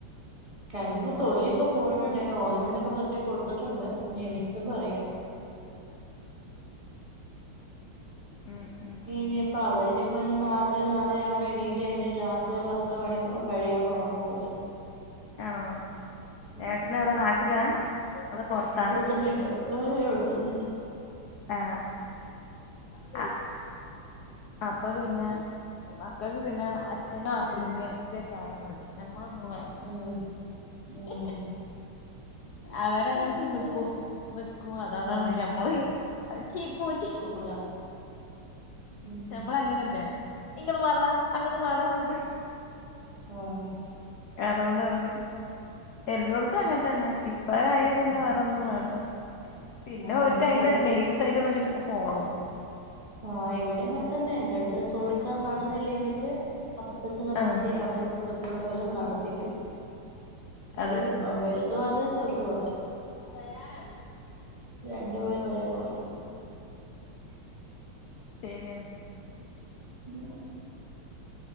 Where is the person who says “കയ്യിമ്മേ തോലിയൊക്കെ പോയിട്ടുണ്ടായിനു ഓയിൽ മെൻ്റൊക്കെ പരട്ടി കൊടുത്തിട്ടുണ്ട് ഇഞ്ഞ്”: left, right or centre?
Right